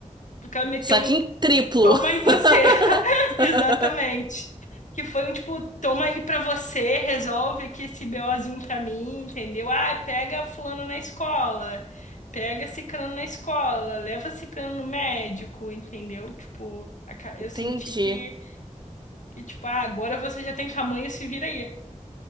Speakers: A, on the left; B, on the right.
A: Porque ela meteu
B: Só
A: um
B: que em triplo.
A: Toma
B: <laughs>
A: em você. <laughs> Exatamente. Que foi um tipo, toma aí pra você, resolve aqui esse BOzinho pra mim, entendeu? Ah, pega fulano na escola, pega ciclano na escola, leva ciclano no médico, entendeu? Tipo, aca-
B: Entendi.
A: eu senti que, que tipo, ah, agora você já tem tamanho, se vira aí.